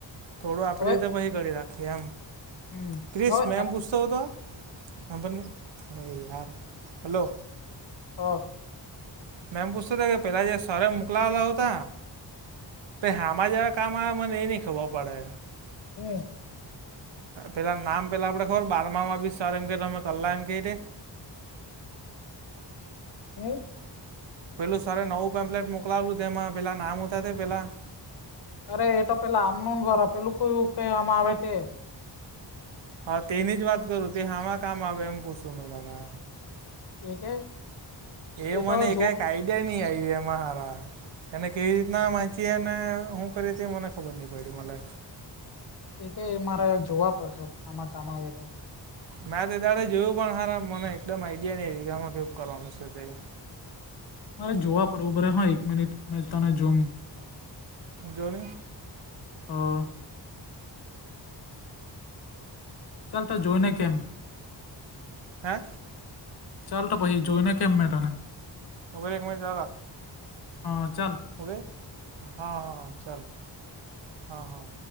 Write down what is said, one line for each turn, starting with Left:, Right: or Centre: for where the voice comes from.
Right: થોડું આપણી
Left: હવે
Right: રીતે પછી કરી રાખીએ એમ
Left: હમ
Right: ક્રિસ
Left: હવે
Right: મે એમ પૂછ તો હૂતો હાબળની અરે યાર હલો
Left: હા.
Right: મેમ પૂછતો હતા કે પેલા જે સરે મોકલાવેલા હતા. તેં હામાં જેવા કામ આવે એ નહી ખબર પડે.
Left: હમ.
Right: પેલાં નામ પેલાં આપણે ખબર બારમામાં બી સરે એમ કે તમે કલા એમ કેય તે.
Left: હું.
Right: પેલું સરે નવું પેમ્પલેટ મોકલાવેલું તે એમાં પેલાં નામ ઉતાં તેં પેલાં.
Left: અરે એ તો પેલા આમનું દ્વારા પેલું કોઈ કહેવામાં આવે તે.
Right: હા તેની જ વાત કરું તે હામાં કામ આવે એમ પૂછું મે તને.
Left: એ કે.
Right: એ મને
Left: તો જો
Right: કઈક આઈડિયા નહી આવ્યું એમાં સારા એને કેવી રીતના વાંચીએ ને હું કરીએ તે મને ખબર નહ પડ મને.
Left: એ કે મારે જોવા પડશે હામાં કામ આવે તેં.
Right: મેં તેં ડાળે જોયું પણ હારા મને એકદમ આઈડિયા નઈ આવી આમાં કેવુંક કરવાનું છે તે.
Left: હા જોવા પવુંરે હા એક મિનિટ મેં તને જોમ.
Right: જોની.
Left: હા. ચાલ તો જોય ને કેમ.
Right: હા.
Left: ચાલ તો પછી જોઈ ને કેમ મે તને.
Right: ઉભો રે એકમીનીટ ચાલુ રાખ
Left: હા ચાલ.
Right: હું કેય હા હા ચાલ હા હા.